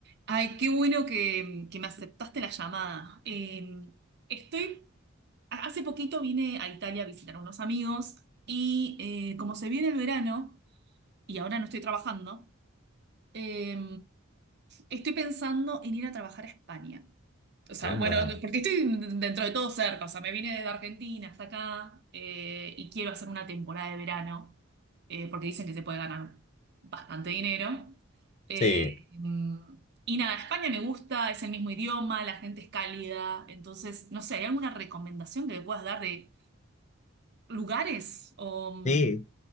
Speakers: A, on the right; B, on the left.
A: Ay, qué bueno que, que me aceptaste la llamada. Eh, estoy, ha- hace poquito vine a Italia a visitar a unos amigos y eh, como se viene el verano y ahora no estoy trabajando, eh, estoy pensando en ir a trabajar a España. O sea,
B: Anda.
A: bueno, porque estoy dentro de todo cerca, o sea, me vine desde Argentina hasta acá eh, y quiero hacer una temporada de verano, eh, porque dicen que se puede ganar bastante dinero. Eh,
B: Sí,
A: mm, y nada, España me gusta, es el mismo idioma, la gente es cálida, entonces, no sé, ¿hay alguna recomendación que le puedas dar de lugares? O, mm,
B: sí,
A: no